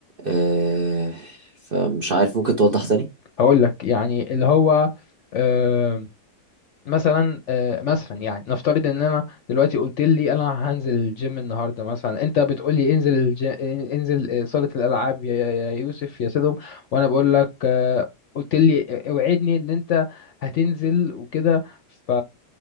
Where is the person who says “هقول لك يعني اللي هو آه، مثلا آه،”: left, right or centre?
Left